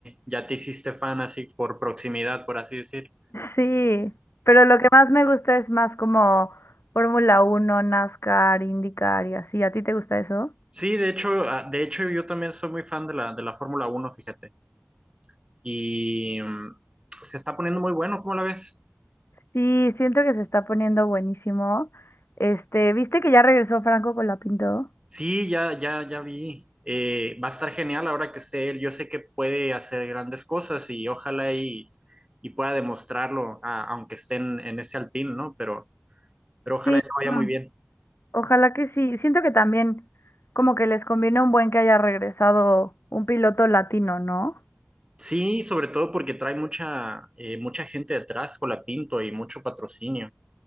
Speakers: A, on the right; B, on the left.
A: Ya te hiciste fan así por proximidad, por así decir.
B: Sí, pero lo que más me gusta es más como Fórmula uno NASCAR, IndyCar y así. ¿A ti te gusta eso?
A: Sí, de hecho, ah, de hecho yo también soy muy fan de la, de la Fórmula Uno, fíjate. Y mm, se está poniendo muy bueno, ¿cómo la ves?
B: Sí, siento que se está poniendo buenísimo. Este, ¿viste que ya regresó Franco Colapinto?
A: Sí, ya, ya, ya vi. Eh, va a estar genial ahora que esté él. Yo sé que puede hacer grandes cosas y ojalá y, y pueda demostrarlo, a- aunque esté en, en ese Alpine, ¿no? Pero, pero ojalá
B: Sí,
A: que vaya
B: no,
A: muy bien.
B: ojalá que sí. Siento que también como que les conviene un buen que haya regresado un piloto latino, ¿no?
A: Sí, sobre todo porque trae mucha, eh, mucha gente detrás con la Pinto y mucho patrocinio.